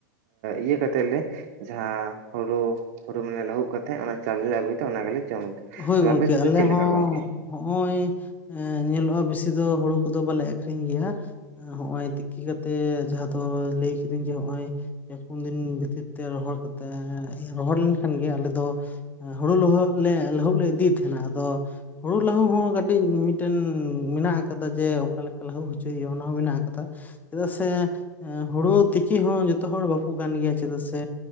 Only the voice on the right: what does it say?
ᱤᱭᱟᱹ ᱠᱟᱛᱮᱜ ᱞᱮ, ᱡᱟᱦᱟᱸ ᱦᱳᱨᱳ, ᱦᱳᱨᱳ ᱢᱟᱱ ᱞᱟᱹᱦᱩᱜ ᱠᱟᱛᱮᱜ, ᱚᱱᱟ ᱪᱟᱣᱞᱮ ᱞᱮ ᱟᱹᱜᱩ ᱛᱚ ᱚᱱᱟ ᱜᱮᱞᱮ ᱡᱚᱢ
ᱟᱯᱮ ᱥᱮᱫ
ᱫᱚ ᱪᱮᱫ ᱞᱮᱠᱟ
ᱜᱚᱝᱠᱮ?